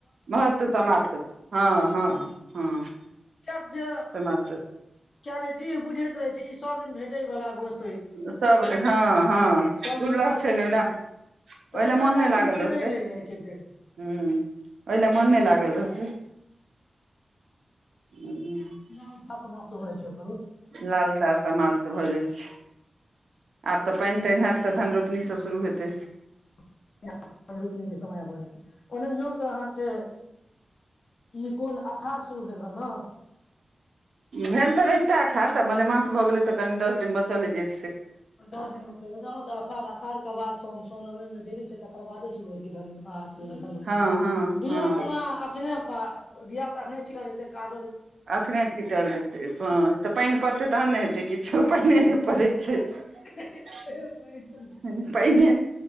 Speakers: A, on the right; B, on the left.
A: महत्व समाप्त हाँ हाँ हाँ। समाप्त।
B: किएक जे किया रे जीह बुझैत रहे छै ई सब दिन भेटे वला बोस
A: सब हाँ हाँ
B: सब
A: दुर्लभ
B: दिन कऽ
A: छै
B: सकै
A: ने ओय ले,
B: छी तऽ
A: ओय
B: ओकर
A: ले मोन नै
B: औचित्य
A: लागल रहतै,
B: नहि रहि जाइ छै फेर
A: ह्म्म ओय ले मन नै लागल रहतै। हूँ,
B: <unintelligible> सा समाप्त होय छो।
A: लालसा समाप्त भऽ जाय छै। आब ते पेएन तेएन हाएत ते धन रोपनी सब शुरू हेतै।
B: <unintelligible> धन रोपनी के समय आबे हेते। ओन्हियो तऽ अहाँ के ई कुन अखाड़ शुरू भेल ह ना।
A: भेल ते रहता अखाल तऽ मलेमास भऽ गेले तऽ कनि दस दिन बचल जे
B: दस दिन बचल रहल त अखाड़ अ खाड़ के बाद सोन, सोन अबे मे देरी छै, तकर बादे शुरू होतै धन आर <unintelligible> धन रोपनी,
A: हँ हँ
B: बिया
A: हँ
B: तो ओना एखने पा बिया ते एखने छिटल जेतै का
A: अखने छीटल जेतै प तऽ पेएन पड़तै तहन ने हेतै किछो। पेएने नै पड़ै छै।
B: पानि
A: हां
B: तऽ नहि करै छै
A: पेएने,